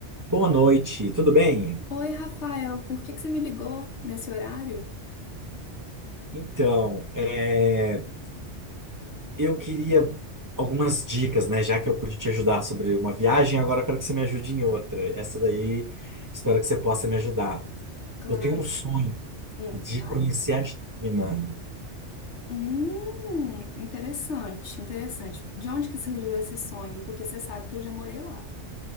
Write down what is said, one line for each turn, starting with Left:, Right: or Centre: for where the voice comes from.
Right: Boa noite, tudo bem?
Left: Oi, Rafael, por que que você me ligou nesse horário?
Right: Então, é, eu queria algumas dicas, né? Já que eu pude te ajudar sobre uma viagem, agora eu quero que você me ajude em outra. Essa daí, espero que você possa me ajudar.
Left: Claro.
Right: Eu tenho um sonho
Left: Hum,
Right: de
Left: fale.
Right: conhecer a China.
Left: Hum, interessante, interessante. De onde que surgiu esse sonho? Porque você sabe que eu já morei lá.